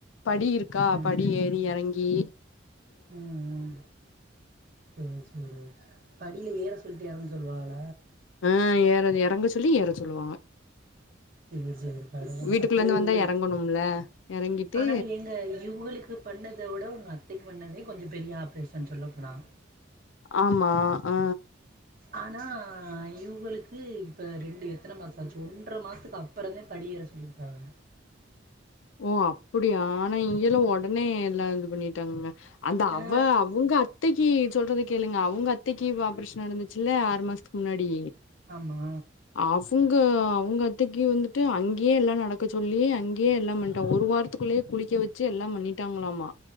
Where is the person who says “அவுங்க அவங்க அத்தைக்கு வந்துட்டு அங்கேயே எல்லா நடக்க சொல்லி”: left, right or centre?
Left